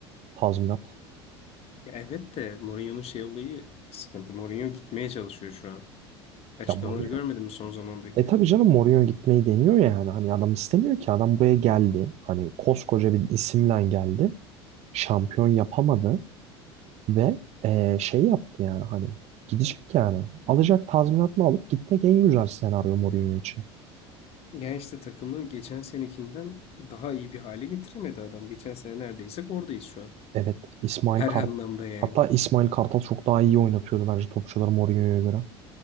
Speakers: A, on the right (about 50°); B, on the left (about 45°).
A: Tazminat.
B: Ya evet de Mourinho'nun şey olayı sıkıntı. Mourinho gitmeye çalışıyor şu an. Açıklamaları
A: Ya Mourinho.
B: görmedin mi son zamandaki?
A: E tabii canım Mourinho gitmeyi deniyor ya yani. Hani adam istemiyor ki. Adam buraya geldi. Hani koskoca bir isimle geldi. Şampiyon yapamadı. Ve e, şey yaptı yani hani. Gidecek yani. Alacak tazminatını alıp gitmek en güzel senaryo Mourinho için.
B: Yani işte takımı geçen senekinden daha iyi bir hale getiremedi adam. Geçen sene neredeysek oradayız şu an.
A: Evet. İsmail
B: Her
A: Kart.
B: anlamda yani.
A: Hatta İsmail Kartal çok daha iyi oynatıyordu bence topçuları Mourinho'ya göre.